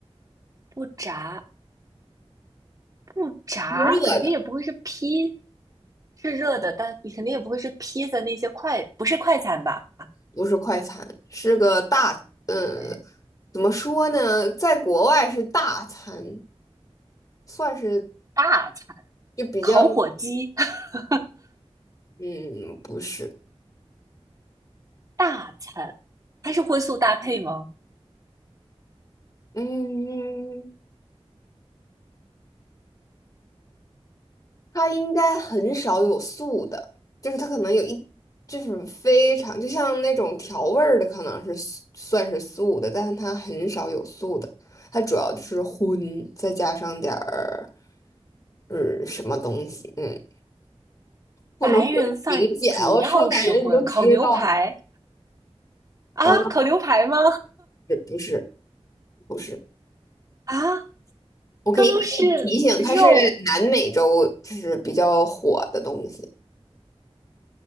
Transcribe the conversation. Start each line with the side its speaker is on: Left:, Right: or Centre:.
Right: 不炸，不炸，
Left: 是热的。
Right: 肯定也不会是披，是热的，但你肯定也不会是披萨那些快，不是快餐吧？
Left: 不是快餐，是个大，嗯，
Right: 对，
Left: 怎么说呢，在国外是大餐，算是
Right: 大餐，
Left: 就比较，
Right: 烤火鸡，<laughs>
Left: 嗯，不是，
Right: 大餐，它是荤素搭配吗？
Left: 嗯，它应该很少有素的，就是它可能有一，就是非常，就像那种调味儿的，可能是素算是素的，但是它很少有素的，它主要就是荤，再加上点儿，嗯，什么东西，嗯，不能说太明显，
Right: 白人饭主要是荤，
Left: 我说感觉你都知道。
Right: 烤牛排啊，
Left: 啊，
Right: 烤牛排吗？
Left: 不是不是，
Right: <laughs> 啊，
Left: 我可以给你提醒，
Right: 都是肉。
Left: 它是南美洲就是比较火的东西，